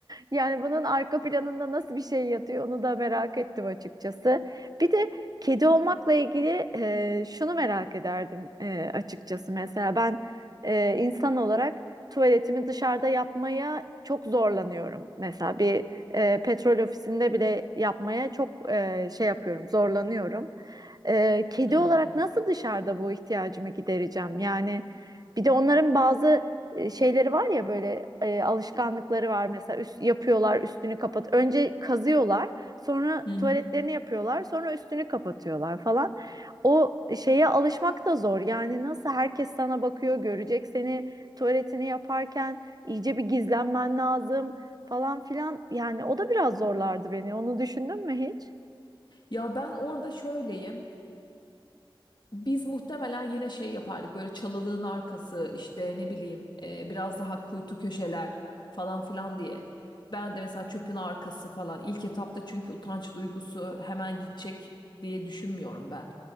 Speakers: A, on the right; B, on the left.
A: Yani bunun arka planında nasıl bir şey yatıyor onu da merak ettim açıkçası. Bir de Kedi olmakla ilgili e, şunu merak ederdim e, açıkçası. Mesela ben e, insan olarak tuvaletimi dışarıda yapmaya çok zorlanıyorum. Mesela bir e, petrol ofisinde bile yapmaya çok e, şey yapıyorum, zorlanıyorum. E, kedi
B: Hmm.
A: olarak nasıl dışarıda bu ihtiyacımı gidereceğim? Yani bir de onların bazı e, şeyleri var ya böyle e, alışkanlıkları var. Mesela üst, yapıyorlar, üstünü kapat. Önce kazıyorlar. Sonra
B: Hı
A: tuvaletlerini
B: hı.
A: yapıyorlar. Sonra üstünü kapatıyorlar falan. O şeye alışmak da zor. Yani nasıl herkes sana bakıyor, görecek seni tuvaletini yaparken iyice bir gizlenmen lazım falan filan. Yani o da biraz zorlardı beni. Onu düşündün mü hiç?
B: Ya ben orada şöyleyim. Biz muhtemelen yine şey yapardık böyle çalılığın arkası işte ne bileyim e, biraz daha kuytu köşeler falan filan diye. Ben de mesela çöpün arkası falan ilk etapta çünkü utanç duygusu hemen gidecek diye düşünmüyorum ben.